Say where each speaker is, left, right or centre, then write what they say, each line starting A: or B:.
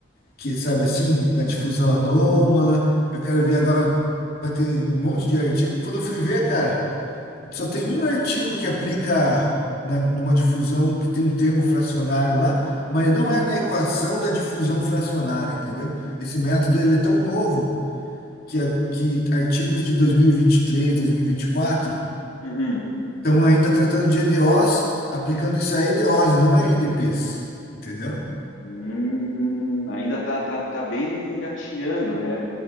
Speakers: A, on the left; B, on the left.
A: que, sabe assim, na difusão anômala. Eu quero ver agora, vai ter um monte de artigo. Quando eu fui ver, cara, só tem um artigo que aplica na, numa difusão que tem um termo fracionário lá, mas
B: Uhum,
A: não é na equação da difusão fracionária, entendeu? Esse método ele é tão novo que, a- que artigos de 2023, 2024
B: uhum.
A: estão ainda tratando de EDOs, aplicando isso a EDOs e não a EDPs, entendeu?
B: Hum, ainda tá, tá, tá bem engatinhando, né?